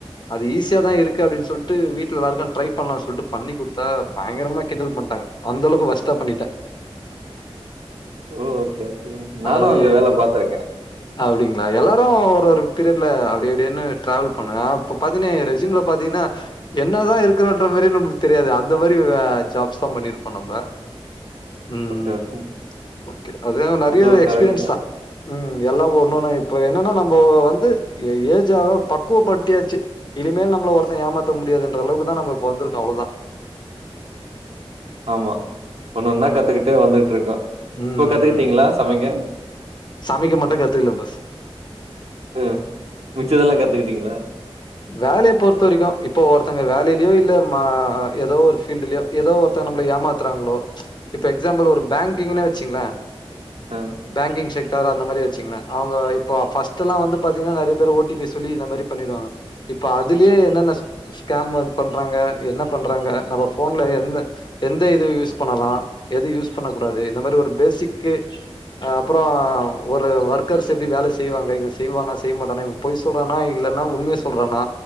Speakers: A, on the left (about 45°); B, on the right (about 80°).
A: அது ஈசியா தா இருக்கு அப்டின் சொல்ட்டு வீட்ல எல்லாருக்கு ட்ரைப் பண்ணலான் சொல்ட்டு பண்ணி குடுத்தா பயங்கரமா கிண்டல் பண்ட்டாங்க அந்தளவுக்கு வொஸ்ட்டா பண்ணிட்டே
B: ஓ ஓகே ஓகே நானு
A: அது
B: அங்க வேல பாத்துருக்கே
A: அப்டிங்களா எல்லாரு ஒரு ஒரு பீரியட்ல அப்டி இப்டினு டிராவல் பண்ணுங்க இப்ப பதினேரு எ ரெசியூம்ல பாத்தீங்ன்னா என்னதா இருக்குதுன்ற மாரி நம்மளுக்கு தெரியாது அந்த மாரி ஜாப்ஸ் தா பண்ணிருப்போ நம்ப ம் ம்
B: ஓகே, ஓகே.
A: ம் ஓகே அதுவு நெறையா
B: அதுவும்
A: எக்ஸ்பீரியன்ஸ்தா
B: கரெக்ட் தான்.
A: ம் எல்லா ஒண்ணொன்னு இப்ப என்னன்னா நம்போ வந்து ஏஜ்ஜாக பக்குவப்படுத்தியாச்சு இனிமேல் நம்மள ஒருத்தே ஏமாத்த முடியாதுன்ற அளவுக்குதா நம்ப இப்ப வந்துருக்கோ அவ்ளோதா
B: ஆமா ஒண்ணு ஒன்னா கத்துக்கிட்டே வந்துட்ருக்கோ
A: ம், ம்.
B: இப்ப கத்துக்கிட்டீங்ளா
A: ம்.
B: சமைக்க
A: சமைக்க மட்டு கத்துக்கல பாஸ்
B: ம் மிச்சதெல்லா கத்துக்கிட்டீங்ளா
A: வேலய பொறுத்த வரைக்கு இப்போ ஒருத்தங்க வேலையிலயு இல்ல ம ஏதோ ஒரு ஃபீல்டுலயோ ஏதோ ஒருத்தோங்க நம்மள ஏமாத்துறாங்ளோ இப்ப எக்ஸாம்பிள் ஒரு பேங்கிங்னே வெச்சுங்ளே
B: ம்
A: பேங்கிங் சை <unintelligible> அந்த மாரி வெச்சுங்களே அவுங்க இப்ப ஃபர்ஸ்டெல்லா வந்து பாத்தீங்கன்னா நெறைய பேர் ஓ டி பி சொல்லி இத மாரி பண்ணிடுவாங்க இப்ப அதுலயே என்னென்ன ஸ்கேம் வந் பண்றாங்க என்ன பண்றாங்க நம்ம ஃபோன்ல எந்த எந்த இது யூஸ் பண்ணலா எது யூஸ் பண்ண கூடாது இந்த மாரி ஒரு ஃபேசிக்கு அப்றோ ஒரு ஒர்க்கர்ஸ் எப்டி வேல செய்வாங்க இவே செய்வானா செய்ய மாட்டானா இவே பொய் சொல்றானா இல்லன்னா உண்மைய சொல்றானா